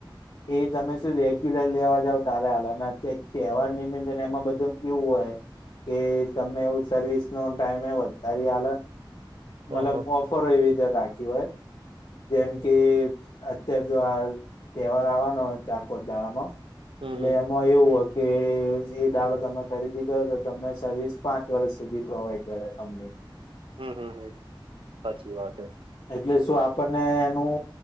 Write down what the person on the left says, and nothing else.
એ તમે શું રેગ્યુલર લેવા જાવ તારે આલે ને અત તહેવાર નિમિત્તે એમાં બધું કેવું હોય કે તમને એ સર્વિસ નો ટાઈમે વધારી આલે મતલબ
ઓફરો એવી રીતે રાખી હોય જેમ કે અત્યાર જો આ તહેવાર આવવાનો હોય ચાર પોચ દાળામાં
<unintelligible>
એવું કે એ જે દાડો તમે ખરીદી કરો તો તમે સર્વિસ પાંચ વર્ષ સુધી પ્રોવાઈડ કરે કંપની
એટલે શું આપણને એનું